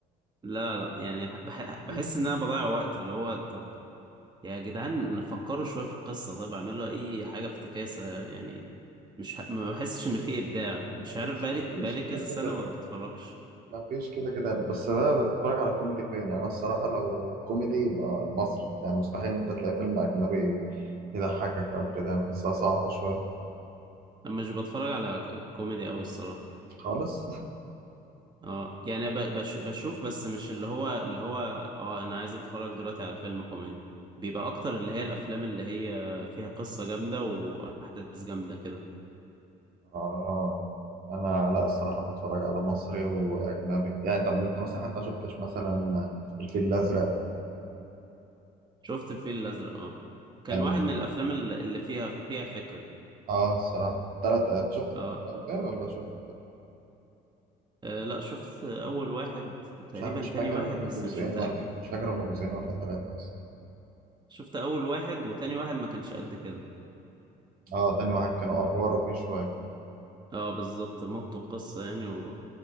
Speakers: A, on the right; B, on the right.
A: لا لا يعني بح-
B: <clears throat>
A: بحس إن أنا بضيع وقت اللي هو طب يا جدعان فكروا شوية في القصة طب اعملوا أي حاجة افتكاسة يعني مش ح... ما بحسش إن في إبداع
B: <laughs>
A: مش
B: مفيش
A: عارف بقالي
B: مفيش
A: بقالي
B: كده
A: كذا سنة
B: كده
A: ما بتفرجش
B: ما فيش كده كده بس بقى بتتفرج على كوميدي فين يعني انا الصراحه لو كوميدي يبقى مصري يعني مستحيل ان انت تلاقي فيلم اجنبي يضحكك او كده يعني بحسها صعبه شويه
A: أنا مش بتفرج على ك- كوميدي أوي الصراحة
B: خالص
A: اه يعني أنا ب- بش بشوف بس مش اللي هو اللي هو اه انا عايز اتفرج دلوقتي على فيلم كوميدي بيبقى اكتر اللي هي الافلام اللي هي فيها قصة جامدة واحداث جامدة كده
B: <laughs> اه انا لا الصراحه بتفرج على مصري واجنبي يعني طب انت مثلا حتى ما شفتش مثلا الفيل الازرق
A: شفت الفيل الازرق اه كان
B: كان
A: واحد من الافلام الل- اللي فيها فيها فكرة
B: اه الصراحه تلات شفت التلات
A: اه
B: اجزاء ولا شفت
A: آه، لا شفت اول واحد وتقريبا
B: مش عارف- مش فاكر
A: تاني واحد
B: هم
A: بس
B: جزئين
A: مش متأكد
B: ولا مش فاكر هم جزئين ولا ثلاثه اصلا
A: شفت اول واحد وتاني واحد ما كانش قد كده
B: اه تاني واحد كانوا افوار وفيه شويه
A: اه بالظبط مطوا القصة يعني وما